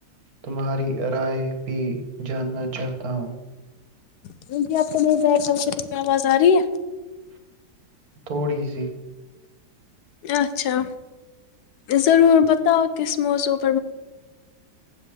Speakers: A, on the right; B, on the left.
A: تمہاری رائے بھی جاننا چاہتا ہوں
B: کیی آپ کے بیٹھ کر ر کی آواز آ رہی ہے
A: تھوڑی س
B: اچھا ضرور بتاؤ کس موزوق